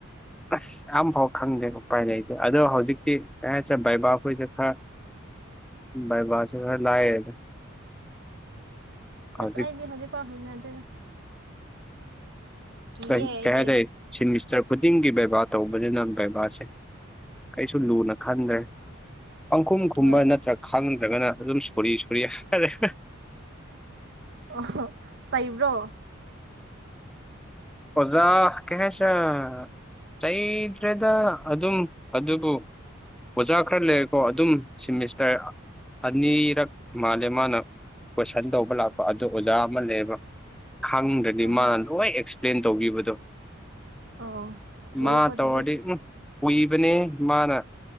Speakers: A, in the centre; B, on the right (about 60°).
A: ꯑꯁ ꯑꯝ ꯐꯥꯎ ꯈꯪꯗꯦ ꯎꯄꯥꯏ ꯂꯩꯇꯦ ꯑꯗꯣ ꯍꯧꯖꯤꯛꯇꯤ <unintelligible> ꯕꯥꯏꯕꯥ ꯑꯩꯈꯣꯏꯁꯦ ꯈꯔ ꯕꯥꯏꯥꯕꯥꯁꯦ ꯈꯔ ꯂꯥꯏꯌꯦ ꯍꯧꯖꯤꯛ
B: ꯑꯁ ꯑꯩꯗꯤ ꯍꯧꯖꯤꯛꯐꯥꯎ ꯍꯩꯅꯗꯦꯗ ꯀꯤꯌꯦ
A: ꯀꯩ
B: ꯑꯩꯗꯤ
A: ꯀꯩ ꯍꯥꯏꯇꯥꯏꯌꯦ ꯁꯦꯃꯤꯁꯇꯔ ꯈꯨꯗꯤꯡꯒꯤ ꯕꯥꯏꯕꯥ ꯇꯧꯕꯅꯤꯅ ꯕꯥꯏꯕꯥꯁꯦ ꯀꯩꯁꯨ ꯂꯨꯅ ꯈꯟꯗ꯭ꯔꯦ ꯄꯪꯈꯨꯝ ꯈꯨꯝꯕ
B: ꯍꯣꯏ
A: ꯅꯠꯇ꯭ꯔꯒ ꯈꯪꯗ꯭ꯔꯒꯅ ꯑꯗꯨꯝ ꯁꯣꯔꯤ ꯁꯣꯔꯤ ꯍꯥꯏꯔꯦ
B: ꯑꯣ ꯆꯩꯕ꯭ꯔꯣ
A: ꯑꯣꯖꯥ ꯀꯩ ꯍꯥꯏꯁꯤꯔꯥ ꯆꯩꯗ꯭ꯔꯦꯗ ꯑꯗꯨꯝ ꯑꯗꯨꯕꯨ ꯑꯣꯖꯥ ꯈꯔ ꯂꯩꯔꯦꯀꯣ ꯑꯗꯨꯝ ꯁꯦꯃꯤꯁꯇꯔ ꯑꯅꯤꯔꯛ ꯃꯥꯜꯂꯦ ꯃꯥꯅ ꯀꯣꯏꯁꯟ ꯇꯧꯕ ꯂꯥꯛꯄ ꯑꯗꯨ ꯑꯣꯖꯥ ꯑꯃ ꯂꯩꯌꯦꯕ ꯈꯪꯗ꯭ꯔꯗꯤ
B: ꯑꯥ
A: ꯃꯥꯅ ꯂꯣꯏ ꯑꯦꯛꯁꯄ꯭ꯂꯦꯟ ꯇꯧꯕꯤꯕꯗꯣ
B: ꯑꯣ ꯐꯩꯌꯦꯀꯣ
A: ꯃꯥ
B: ꯑꯗꯨꯗꯤ
A: ꯇꯧꯔꯗꯤ ꯎꯝ ꯎꯏꯕꯅꯦꯍꯦ ꯃꯥꯅ